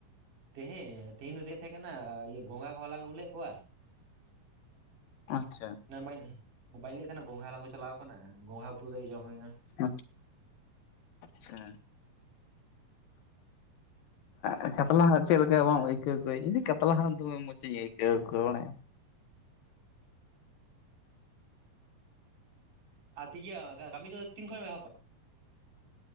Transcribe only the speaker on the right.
ᱛᱮᱦᱮ ᱛᱮᱦᱤᱧ ᱫᱚ ᱫᱤᱭᱮ ᱛᱟᱦᱮᱸ ᱠᱟᱱᱟ ᱤᱭᱟᱹ ᱜᱚᱝᱜᱷᱟ ᱠᱚ ᱦᱟᱞᱟᱝ ᱟᱹᱜᱩ ᱞᱮᱫ ᱠᱚᱣᱟ᱾
ᱱᱮ ᱢᱟᱹᱭ ᱵᱟᱹᱧ ᱞᱟᱹᱭᱮᱫ ᱛᱟᱦᱮᱱᱟ ᱜᱚᱝᱜᱷᱟ ᱦᱟᱞᱟᱝ ᱠᱚ ᱪᱟᱞᱟᱣ ᱟᱠᱟᱱᱟ ᱜᱚᱝᱜᱷᱟ ᱩᱛᱩ ᱠᱟᱛᱮ ᱡᱚᱢ ᱦᱩᱭᱱᱟ
ᱟᱨᱛᱤ ᱜᱮᱭᱟᱹ ᱠᱟᱹᱢᱤ ᱫᱚ ᱛᱤᱱ ᱠᱷᱚᱡ ᱮᱢ ᱮᱦᱚᱵᱚᱟ?